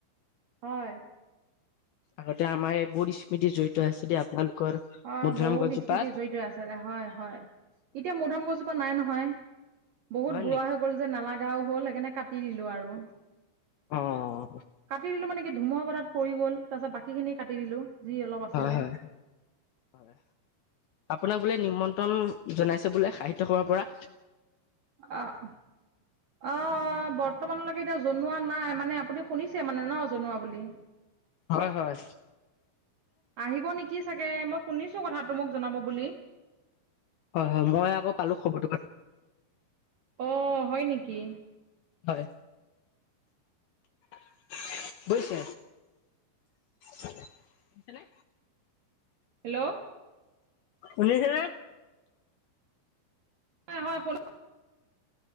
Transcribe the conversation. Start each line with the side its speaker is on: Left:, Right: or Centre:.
Right: হয়।
Left: আগতে আমাৰ এইবোৰ স্মৃতি জড়িত আছিলে আপোনালোকৰ।
Right: হয়
Left: মধুুৰাম
Right: বহুত
Left: গছজোপাত
Right: স্মৃতি জড়িত আছে হয়, হয়। এতিয়া মধুৰিআম গছজোপা নাই নহয়। বহুত
Left: হয়
Right: বুঢ়া
Left: নেকি
Right: হৈ গ'ল যে নালাগাও হ'ল, সেইকাৰণে কাটি দিলোঁ আৰু।
Left: অহ।
Right: কাটি দিলোঁ মানে কি ধুমুহা বতাহত পৰি গ'ল, তাৰপিছত বাকীখিনি কাটি দিলোঁ যি অলপ আছিলে।
Left: হয় হয় হয়, আপোনাক বোলে নিমন্ত্ৰণ জনাইছে বোলে সাহিত্য সভাৰ পৰা?
Right: অহ। অহ, বৰ্তমানলৈকে এতিয়া জনোৱা নাই মানে আপুনি শুনিছে মানে ন' জনোৱা বুলি?
Left: হয়, হয়।
Right: আহিব নেকি চাগে মই শুনিছোঁ কথাটো মোক জনাব বুলি।
Left: হয়, হয়। মই আকৌ পালোঁ খবৰটো
Right: অহ, হয় নেকি?
Left: হয়। <unintelligible> গৈছে হয়নে?
Right: হেল্ল'।
Left: শুনিছেনে?
Right: হয়, শুনা <unintelligible>